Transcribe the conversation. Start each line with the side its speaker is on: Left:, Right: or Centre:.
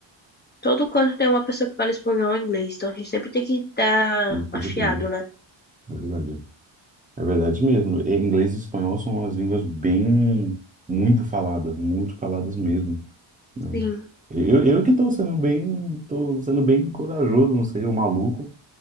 Left: todo canto tem uma pessoa que fala espanhol ou inglês. Então a gente sempre tem que estar
Right: pode
Left: afiado,
Right: crer,
Left: né?
Right: é verdade. É verdade mesmo. E Inglês e espanhol são as línguas bem muito faladas, muito faladas mesmo, né?
Left: Sim.
Right: Eu, eu que estou sendo bem, tô sendo bem corajoso, não sei, o maluco.